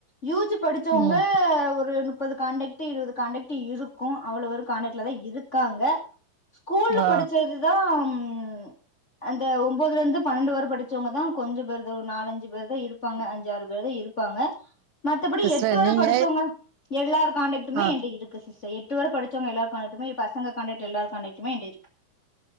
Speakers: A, on the left; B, on the right.
A: யூ ஜு படிச்சவங்க
B: ம்
A: க ஒரு முப்பது கான்ட்டெக்ட் இருவது கான்ட்டெக்ட் இருக்கு அவ்வளோ பேரு கான்ட்டெக்ட்லதா இருக்காங்க ஸ்கூல்ல
B: ஆ
A: படிச்சதுதா ம் அந்த ஒம்பதுல இருந்து பன்னெண்டு வர படிச்சவங்கதா கொஞ்சொ பேருத ஒரு நாலஞ்சு பேருதா இரு ப்பாங்க அஞ்சாறு பேர்தா இருப்பாங்க மத்தபடி
B: சிஸ்டர்
A: எட்டு வர
B: நீங்க
A: படிச்சோவங்க எல்லார் கான்டக்டுமே
B: ஆ
A: என்ட்ட இருக்கு சிஸ்டர் எட் டு வர படிச்சவங்க எல்லாரு கான்டெட்டுமே பசங்க கான்டெட்டு எல்லாரு கான்டெட்டுமே என்ட்ட இருக்கு